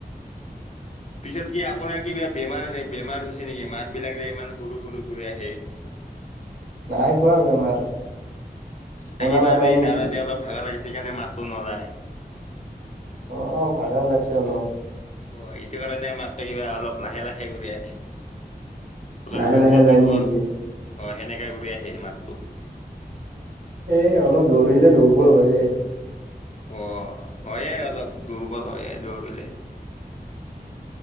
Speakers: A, on the left; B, on the right.
A: পিছত কি আপোনাৰ কিবা বেমাৰ বেমাৰ হৈছে নেকি? মাত বিলাক যে ইমান সৰু সৰু কৰি আহে। <unintelligible>
B: নাই হোৱা বেমাৰ। শুনা
A: ন কিবা
B: নাপায়
A: আজি
B: নেকি?
A: দৌৰাতে অলপ ভাগা লাগিছে সেইকাৰণে মাততো নোলায়।
B: অঁ ভাগা লাগছে অলপ।
A: অ এইটো কাৰণে মাত্ৰ কিবা অলপ লাহে লাহে কৰি আহে। অলপ
B: লাহে
A: দুৰ্বল
B: লাহে যায়
A: দুৰ্বল,
B: নেকি?
A: অঁ সেনেকে কৰি আহে মাতটো।
B: এই অলপ দৌৰিলে দুৰ্বল হয়ে।
A: অঁ হয়ে অলপ দুৰ্বল হয়ে দৌৰিলে।